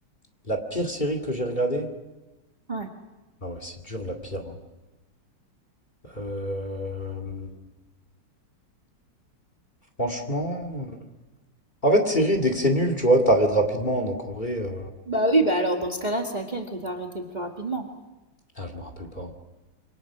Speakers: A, on the left; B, on the right.
A: La pire série que j'ai regardée,
B: Ouais.
A: ah ouais, c'est dur la pire. hein. Euh, Franchement. euh, En fait, série, dès que c'est nul, tu vois, t'arrêtes rapidement. Donc en vrai. euh,
B: Bah oui, bah alors dans ce cas-là, c'est laquelle que t'as arrêté le plus rapidement?
A: Ah, je me rappelle pas.